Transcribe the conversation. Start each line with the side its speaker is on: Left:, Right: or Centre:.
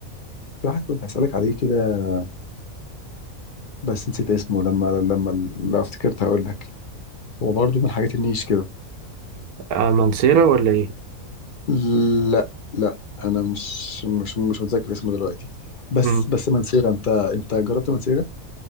Left: في واحد كنت هسألك عليه كده بس نسيت اسمه لما لما لو افتكرت هقول لك هو برضو من الحاجات النيش كده
Right: آه، منصيرة ولا ايه
Left: لا لا انا مش مش مش متذكر اسمه دلوقتي بس
Right: مم.
Left: بس منسيرة انت انت جربت منسيرة